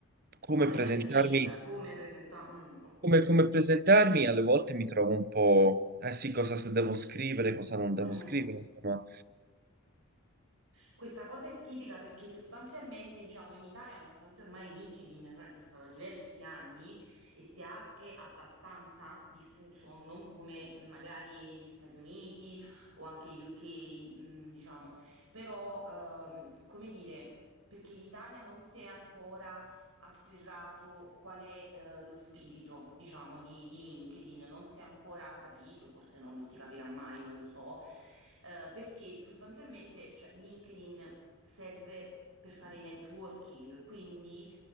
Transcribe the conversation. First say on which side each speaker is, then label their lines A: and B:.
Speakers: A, on the right; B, on the right.
A: come
B: Qual è
A: presentarmi,
B: l'azienda? Come presenta? Mm, ok.
A: come, come presentarmi, alle volte mi trovo un po', eh sì, cosa se devo scrivere, cosa non devo
B: Mm.
A: scrivere, insomma,
B: Questa cosa è tipica perché sostanzialmente, diciamo, in Italia, nonostante ormai LinkedIn, cioè, esista da diversi anni e sia anche abbastanza diffuso, non come mh, magari negli Stati Uniti o anche UK, mh, diciamo, però, ehm, come dire, perché in Italia non si è ancora afferrato qual è eh, lo spirito, diciamo, di, di LinkedIn. Non si è ancora capito, forse non lo si capirà mai, non lo so, eh, perché sostanzialmente, cioè, LinkedIn serve per fare networking, quindi...